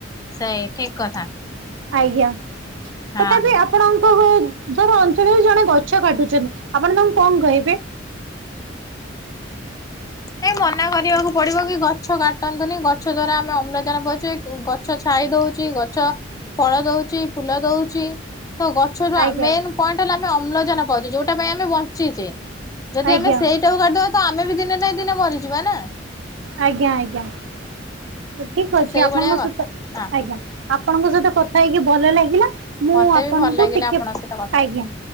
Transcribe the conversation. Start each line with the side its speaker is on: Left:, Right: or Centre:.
Left: ସେଇ ଠିକ କଥା।
Right: ଆଜ୍ଞା। ତଥାପି
Left: ହଁ।
Right: ଆପ- ଆପଣଙ୍କ ଧର ଅଞ୍ଚଳରେ ଜଣେ ଗଛ କାଟୁଛନ୍ତି। ଆପଣ ତାଙ୍କୁ କଣ କହିବେ? <inaudible>
Left: ଏଇ ମନା କରିବାକୁ ପଡିବ କି ଗଛ କାଟନ୍ତୁନି ଗଛ ଦ୍ଵାରା ଆମେ ଅମ୍ଳଜାନ ପାଉଛେ ଗଛ ଛାଇ ଦଉଛି ଗଛ ଫଳ ଦଉଛି ଫୁଲ ଦଉଛି ତ ଗଛ
Right: ଆଜ୍ଞା
Left: ମେନ ପଏଣ୍ଟ ହେଲା ଆମେ ଅମ୍ଳଜାନ ପାଉଛୁ ଯୋଉଟା ପାଇଁ ଆମେ ବଞ୍ଚିଚେ ଯଦି
Right: ଆଜ୍ଞା
Left: ଆମେ ସେଇ ଟା କୁ କାଟିଦେବା ତମ ଆମେ ବି ଦିନେ ନାଁ ଦିନେ ମରିଯିବା ନା
Right: ଆଜ୍ଞା ଆଜ୍ଞା ଠିକ
Left: ତ
Right: ଅଛି
Left: ସେଇଭଳିଆ
Right: ଆପଣଙ୍କ
Left: କଥା
Right: ସହିତ
Left: ହଁ।
Right: ଆଜ୍ଞା ଆପଣଙ୍କ ସହିତ କଥା ହେଇକି ଭଲ ଲାଗିଲା ମୁଁ
Left: ମତେ
Right: ଆପଣଙ୍କୁ
Left: ବି ଭଲ ଲାଗିଲା
Right: ଟିକେ
Left: ଆପଣଙ୍କ ସହିତ କଥା
Right: ଆଜ୍ଞା
Left: ହେଇ